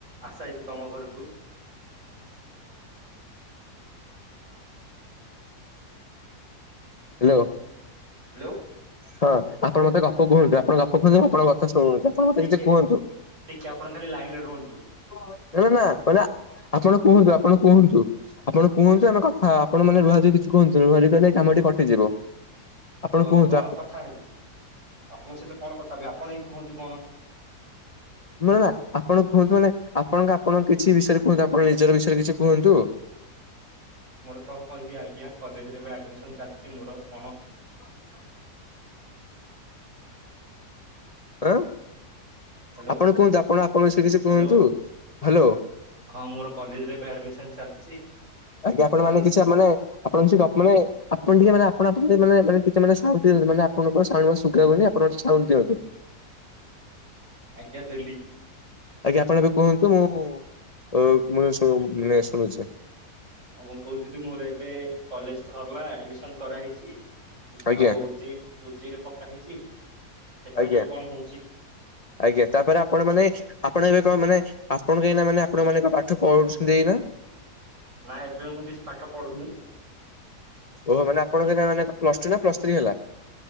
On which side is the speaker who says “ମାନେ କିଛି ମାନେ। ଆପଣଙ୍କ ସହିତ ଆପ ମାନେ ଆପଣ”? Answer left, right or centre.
Left